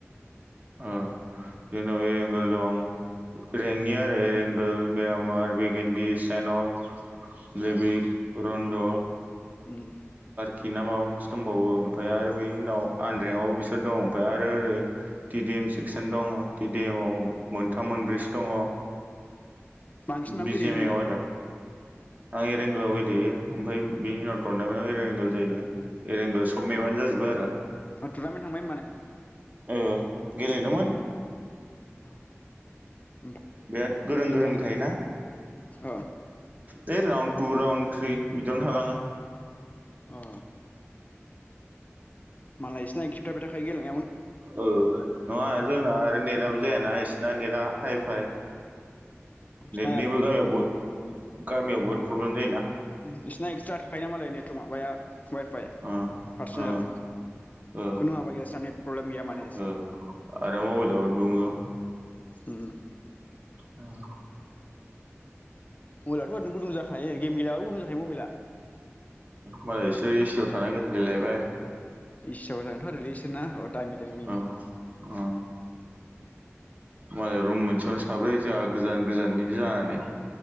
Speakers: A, on the right (about 35°); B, on the left (about 35°).
A: ओ-जोंनाव एरंगोल दं। रेंनि आरो रेंगोल मिरामार बिगन्दि सेनक। लेबिख।
B: अ
A: टरनन्द
B: उम।
A: खि ना माबा मोनसे दंबावोओमफाय आरो बेनि उनाव आनरेंआव बिसोर दं। ओमफाय आरो ओरै टि डि एम सेक्सन दङ टि डि एम आव मोनथाम मोनब्रैसो दङ।
B: बांसिन मायाव
A: बिजिएमआव
B: गेलेयो नोङो?
A: आरो आं एरेंगोलाव गेलेयो ओमफ्राय बिनि उनाव टरनामेन्टाव एरेंगोल जायो एरेंगोल सब मेबानो जाजोबो आरो।
B: टुरनामेट थांबाय होनबा नोङो?
A: औ गेलेदोंमोन।
B: <inaudible>
A: बिराद गोरों
B: रिजाल्ट
A: गोरों थायोना
B: अ
A: बै राउ टु राउन्ड थ्रि बिदियावनो थालाङो
B: अ मालाय इसिना एकटिब थाबा खायोनो
A: ओ नआ जोंना आरो नेटआबो जायाना इसिना नेटआ हाइ फाइ
B: बिसिना
A: नेटनिबो गामियाव गामियाव बहुत प्रब्लेम जायोना।
B: बिसिना एक्सट्रा थाखायो मालाय नेटवं माबाया वायफाय
A: ओ
B: पारसनेल
A: ओ ओ
B: खुनु माबा गैया नेट प्रब्लेम गैया माने।
A: ओ आरो मबाइलाव दुङो
B: उम
A: उम
B: मबेलआथ' ओरैनोु गुदुं जाखायो। गेम गेलेयाबो गदुं जाहायो मबाइला।
A: मालायसो ए सि आव थाना गेम गेलेलायबाय।
B: ए सि आव जागोनथ' आरोलै। ना अ दामि दामि
A: ओ ओ मालाय रुम मोनसेयावनो साब्रै जोंहा गोजान गोजाननि जानानै